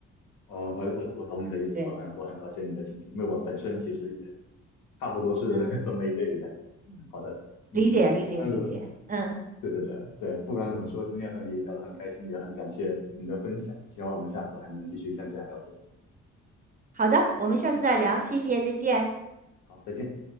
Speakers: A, on the left (about 85°); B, on the right (about 30°).
A: 我我我我懂你的意思，
B: 对，
A: 我很我很了解你的心情，因为我本身其实也差不多是
B: 嗯，
A: <laughs> 这么一类人。<laughs> 好的，嗯，
B: 理解理解理解，
A: 不管怎么。
B: 嗯，
A: 对对对对，不管怎么说，今天和你聊得很开心，也很感谢你的分享，希望我们下次还能继续像这样聊天。
B: 好的，我们下次再聊，谢谢，再见。
A: 好，再见。